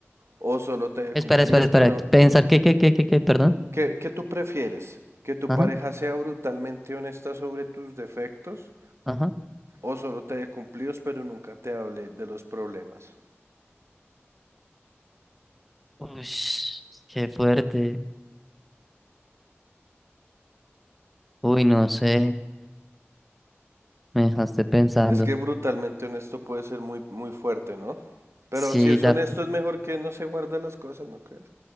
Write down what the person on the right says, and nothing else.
o solo te dé
cumplidos
pero
¿Qué, qué tú prefieres? ¿Que tu
pareja sea brutalmente honesta sobre tus defectos
o solo te dé cumplidos pero nunca te hable de los problemas?
Es que brutalmente honesto puede ser muy, muy fuerte, ¿no? Pero
si es
honesto es mejor que no se guarde las cosas, ¿no crees?